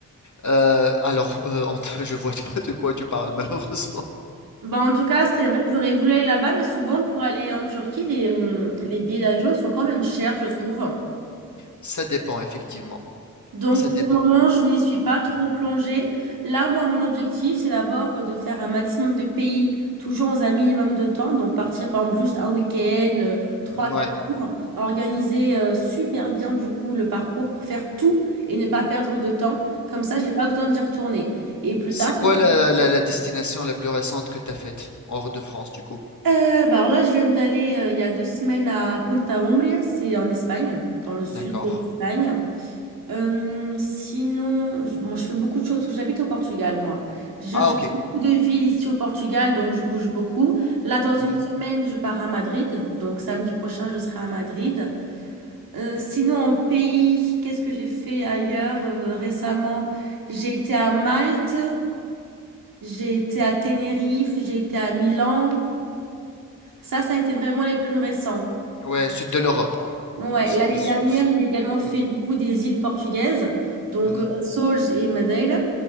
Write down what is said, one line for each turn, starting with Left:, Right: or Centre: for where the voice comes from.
Left: Heu, alors, heu, en <laughs> je vois pas de quoi tu parles malheureusement.
Right: Bah, en tout cas, c'est vrai que j'aurais voulu aller là-bas, mais souvent pour aller en Turquie, les, hum, les billets d'avion sont quand même chers, je trouve.
Left: Ça dépend effectivement,
Right: Donc,
Left: ça
Right: pour
Left: dépend.
Right: le moment, je ne m'y suis pas trop plongée. Là, moi, mon objectif, c'est d'abord euh, de faire un maximum de pays, toujours dans un minimum de temps. Donc, partir, par exemple, juste un week-end, euh, trois,
Left: Mmh,
Right: quatre
Left: Ouais.
Right: jours, organiser euh, super bien, du coup, le parcours pour faire tout et ne pas perdre de temps. Comme ça, j'ai pas besoin d'y retourner. Et plus
Left: C'est
Right: tard,
Left: quoi
Right: pour-
Left: la la la destination la plus récente que tu as faite? Hors de France du coup?
Right: Euh, bah alors là, je viens d'aller euh, il y a deux semaines à Punta Umbria, c'est en Espagne, dans le sud
Left: D'accord.
Right: de l'Espagne. Euh, sinon, je, bon, je fais beaucoup de choses parce que j'habite au Portugal, moi. Je
Left: Ah
Right: fais
Left: OK.
Right: Mhm. beaucoup de villes ici au Portugal, donc je bouge beaucoup. Là, dans une
Left: Mmh
Right: semaine, je pars à Madrid. Donc, samedi prochain, je serai à Madrid. Euh, sinon, en pays, qu'est-ce que j'ai fait ailleurs euh, récemment? J'ai été à Malte, j'ai été à Tenerife, j'ai été à Milan. Ça, ça a été vraiment les plus récents.
Left: Ouais, sud de l'Europe quoi.
Right: Ouais,
Left: C'était
Right: l'année
Left: ce
Right: dernière,
Left: ce
Right: j'ai également fait
Left: mmh.
Right: du coup des îles portugaises, donc
Left: Mmh mh.
Right: euh, Açores et Madeira.